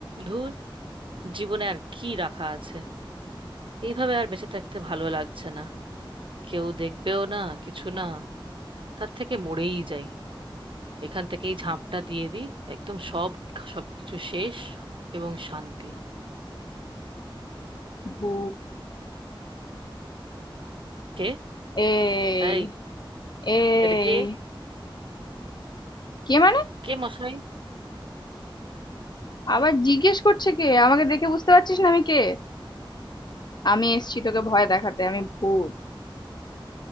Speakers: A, on the right; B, on the left.
A: ধুর জীবনে আর কি রাখা আছে এইভাবে আর বেঁচে থাকতে ভালো লাগছে না কেউ দেখবেও না কিছু না তার থেকে মরেই যাই এখান থেকেই ঝাঁপটা দিয়ে দিই একদম সব সবকিছু শেষ এবং শান্তি
B: বু
A: কে
B: এই
A: এই
B: এই
A: এটা কে
B: কে মানে
A: কে মশাই
B: আবার জিজ্ঞেস করছে কে আমাকে দেখে বুঝতে পারছিস না আমি কে আমি এসছি তোকে ভয় দেখাতে আমি ভূত